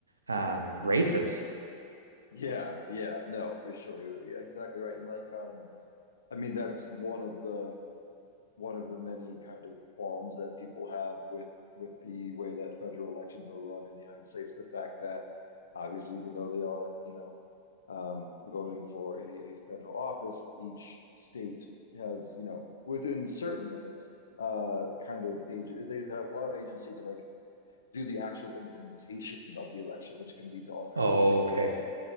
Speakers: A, on the right; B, on the left.
A: um, races.
B: Yeah, yeah, no, for sure. You're exactly right. And like, um, I mean, that's one of the one of the many kind of qualms that people have with with the way that federal elections are run in the United States. The fact that obviously, even though they are, you know, um, voting for a, a federal office, each state has, you know, within certain limits, uh, kind of age. They have a lot of agency to like do the actual implementation of the election, which can lead to all kinds
A: Oh,
B: of things
A: Okay.
B: like